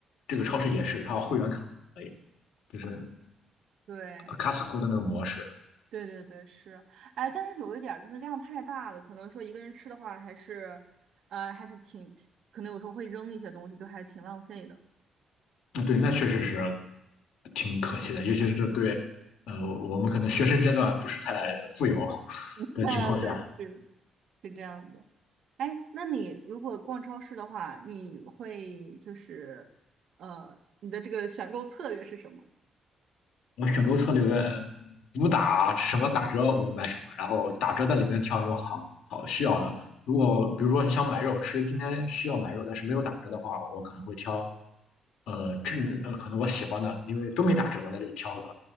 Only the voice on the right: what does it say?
对，
对对对，是，哎，但是有一点儿就是量太大了，可能说一个人吃的话，还是，呃，还是挺，可能有时候会扔一些东西，就还挺浪费的。
<laughs>
啊，对，是是这样的。哎，那你如果逛超市的话，你会就是，呃，你的这个选购策略是什么？